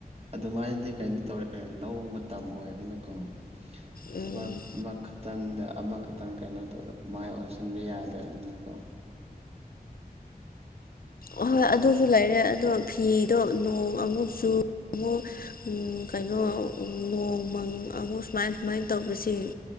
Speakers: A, on the right (about 40°); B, on the left (about 65°).
A: ꯑꯗꯨꯃꯥꯏꯅꯗꯤ ꯀꯩꯅꯣ ꯇꯧꯔꯦ ꯂꯧ ꯃꯇꯝ ꯑꯣꯏꯔꯅꯤꯅꯀꯣ꯫
B: ꯎꯝ
A: ꯊꯕꯛ ꯑꯃꯈꯛ ꯇꯪꯗ ꯑꯃꯈꯛꯇꯪ ꯀꯩꯅꯣ ꯇꯧꯗ ꯃꯥꯏ ꯑꯣꯟꯁꯤꯟꯕ ꯌꯥꯗꯕꯅꯤꯅꯀꯣ꯫
B: ꯑꯍꯣꯏ ꯑꯗꯨꯁꯨ ꯂꯩꯔꯦ ꯑꯗꯣ ꯐꯤꯗꯣ ꯅꯣꯡ ꯑꯃꯨꯛ ꯆꯨ ꯑꯃꯨꯛ ꯎꯝ ꯀꯩꯅꯣ ꯅꯣꯡ ꯃꯪ ꯑꯃꯨꯛ ꯁꯨꯃꯥꯏ ꯁꯨꯃꯥꯏꯅ ꯇꯧꯕꯁꯤ